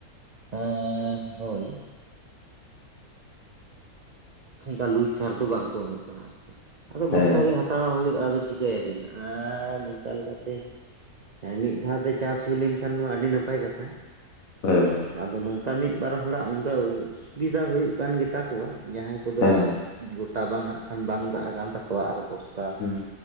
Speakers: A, on the right; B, on the left.
A: ᱮᱸᱻ ᱦᱳᱭ ᱾ ᱚᱱᱠᱟ ᱞᱩᱡ ᱥᱟᱨ ᱫᱚ ᱵᱟᱝ ᱠᱚ ᱮᱢᱚᱜ ᱠᱟᱱᱟ ᱟᱨᱠᱤ ᱾ ᱟᱫᱚ
B: ᱦᱮᱸ
A: ᱵᱚᱥᱛᱟ ᱜᱮ ᱦᱟᱛᱟᱣ ᱦᱩᱭᱩᱜᱼᱟ ᱟᱫᱚ ᱪᱤᱠᱟᱹᱭᱟᱵᱤᱱ? ᱟᱨᱻ ᱱᱚᱝᱠᱟ ᱞᱮᱠᱟᱛᱮ ᱮᱸ ᱢᱤᱫ ᱫᱷᱟᱣ ᱛᱮ ᱪᱟᱥ ᱦᱩᱭ ᱞᱮᱱᱠᱷᱟᱱ ᱢᱟ ᱟᱹᱰᱤ ᱱᱟᱯᱟᱭ ᱠᱟᱛᱷᱟ ᱾
B: ᱦᱳᱭ ᱾
A: ᱟᱫᱚ ᱱᱚᱝᱠᱟ ᱢᱤᱫ ᱵᱟᱨ ᱦᱚᱲᱟᱜ ᱚᱱᱠᱟ ᱚᱥᱩᱵᱤᱫᱷᱟ ᱦᱩᱭᱩᱜ ᱠᱟᱱ ᱜᱮᱛᱟ ᱠᱚᱣᱟ ᱾ ᱡᱟᱦᱟᱸᱭ ᱠᱚ ᱫᱚ
B: ᱦᱮᱸ
A: ᱣᱟᱜ ᱜᱚᱴᱟ ᱵᱟᱝ ᱦᱟᱸᱜ ᱠᱷᱟᱱ ᱵᱟᱝ ᱫᱟᱜ ᱟᱠᱟᱱ ᱛᱟᱠᱚᱣᱟ, ᱟᱨ ᱵᱚᱥ ᱛᱟ
B: ᱦᱩᱸ